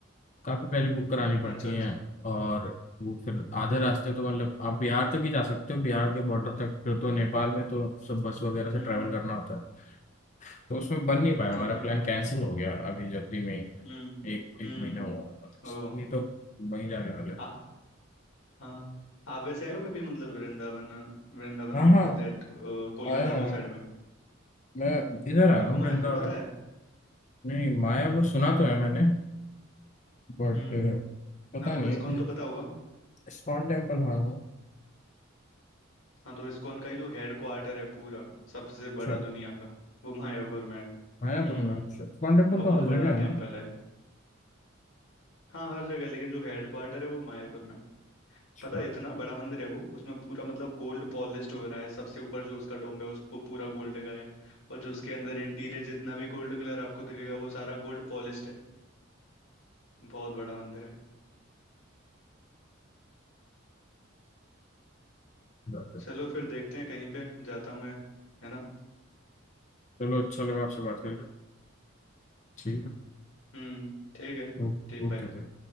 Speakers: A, on the left; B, on the left.
A: काफ़ी पहले बुक करानी पड़ती
B: अच्छा अच्छा
A: हैं और वो फिर आधे
B: ओ
A: रास्ते तो मतलब आप बिहार तक ही जा सकते हो बिहार के बॉर्डर तक फिर तो नेपाल में तो सब बस वगैरह से
B: हम्म
A: ट्रैवल करना होता है तो उसमें बन नहीं पाया हमारा
B: ओके
A: प्लान कैंसिल हो गया अभी जल्दी में ही।
B: हम्म
A: एक एक
B: हम्म
A: महीना हुआ होगा
B: ओ
A: नहीं तो वहीं जाने वाले थे
B: आ हाँ आप वैसे आए हो कभी मतलब वृंदावन वृंदावन
A: हाँ
B: एंड
A: हाँ
B: दैट कोलकाता
A: आया हूँ
B: जो
A: आया
B: साइड
A: हूँ।
B: में
A: मैं इधर आया
B: आपको
A: हूँ वृंदावन
B: मायापुर पता है
A: नहीं मायापुर सुना तो है मैंने बट
B: हम्म
A: पता
B: आपको
A: नहीं
B: इस्कॉन
A: है
B: तो पता होगा
A: इस्कॉन टेम्पल आया हूँ
B: हाँ तो इस्कॉन का ही जो हेड क्वार्टर है पूरा सबसे
A: अच्छा
B: बड़ा दुनिया का वो मायापुर में है हम्म
A: मायापुर में अच्छा इस्कॉन टेम्पल
B: बहुत
A: तो हर
B: बड़ा
A: जगह
B: टेम्पल
A: है ना
B: है हाँ हर जगह लेकिन जो हेड क्वार्टर है वो मायापुर में है।
A: अच्छा
B: पता है इतना बड़ा मंदिर है वो उसमें पूरा मतलब गोल्ड पॉलिश्ड हो रहा है सबसे ऊपर जो उसका डोम है उस पर पूरा गोल्ड लगा है और जो उसके अंदर इंटीरियर जितना भी गोल्ड कलर आपको दिखेगा वो सारा गोल्ड पॉलिश्ड है बहुत बड़ा मंदिर है
A: अच्छी बात है।
B: चलो फिर देखते हैं कहीं पे जाता हूँ मैं है ना
A: चलो अच्छा लगा आपसे बात करके ठीक है
B: हम्म ठीक है
A: ओ-
B: ठीक बाय
A: ओके भाई